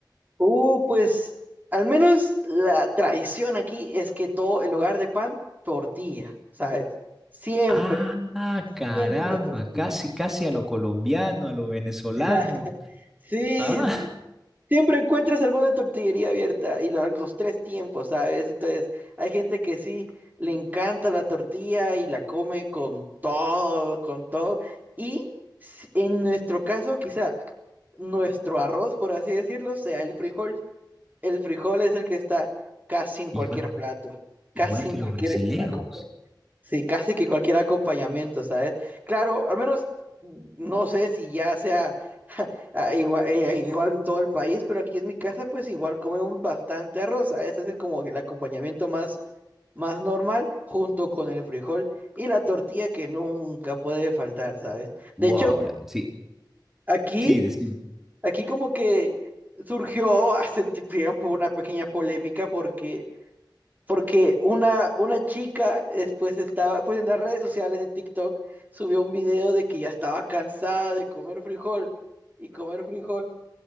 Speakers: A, on the right; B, in the centre.
A: Uh, pues al menos la tradición aquí es que todo en lugar de pan, tortilla, ¿sabes? Siempre,
B: Ah, caramba,
A: siempre tortilla.
B: casi, casi a lo colombiano, a lo venezolano.
A: <laughs> Sí,
B: Ah,
A: sí. Siempre encuentras alguna tortillería abierta y la- los tres tiempos, ¿sabes? Entonces, hay gente que sí le encanta la tortilla y la come con todo, con todo. Y s- en nuestro caso, quizá nuestro arroz, por así decirlo, sea el frijol. El frijol es el que está casi
B: <laughs>
A: en cualquier
B: igual,
A: plato, casi
B: igual
A: en
B: que
A: cualquier
B: los brasileros.
A: acompa- sí, casi que cualquier acompañamiento, ¿sabes? Claro, al menos mm, no sé si ya sea <laughs> ah, igual, eh, igual en todo el país, pero aquí en mi casa pues igual comemos bastante arroz, ¿sabes? Ese es el- como que el acompañamiento más, más normal junto con el frijol y la tortilla que nunca puede faltar, ¿sabes?
B: Wow,
A: De hecho,
B: la- sí,
A: aquí,
B: sí, decimos.
A: aquí como que surgió <laughs> hace tiempo una pequeña polémica porque porque una, una chica después estaba, pues en las redes sociales, en TikTok, subió un video de que ya estaba cansada de comer frijol y comer frijol.